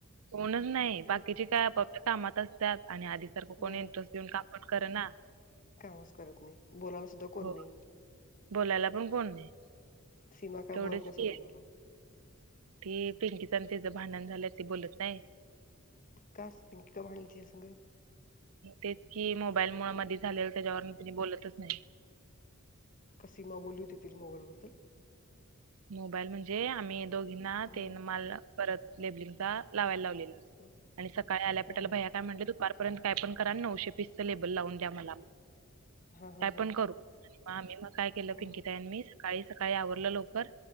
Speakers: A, on the right; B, on the left.
A: कोणच नाही
B: हं
A: बाकीचे काय आपल्या कामात असतात आणि आधी सारखं कोणी
B: हं
A: इंटरेस्ट येऊन काम पण करना
B: कामच करत नाही बोलायला सुद्धा कोण
A: हो
B: नाही.
A: बोलायला पण कोण नाही
B: सीमा काय
A: तेवढेच
B: बोलत नस
A: की
B: कोणाला
A: ती पिंकीच आणि तिचं भांडण झालं त बोलत नाही.
B: का पिंकिक भांडली त संग
A: तेच कि मोबाईल मुळा मध झाले त्याच्यावरून तिनी बोलतच नाही
B: का सीमा बोलली होती ति मोबाईलबद्दल
A: मोबाईल म्हणजे आम्ही दोघींना
B: हं
A: ते माल परत लेबलिंगचा लावायला लावलेला
B: हं
A: आणि सकाळी आल्यापिटाला
B: हा
A: भया काय म्हटले दुपारपर्यंत काय पण करा नऊशे पीसचं लेबल लावून द्या मला
B: हा हा
A: काय
B: हा
A: पण करू मग आम्ही मग काय केलं पिंकिता
B: हं
A: यांनी सकाळी सकाळी आवरलं लवकर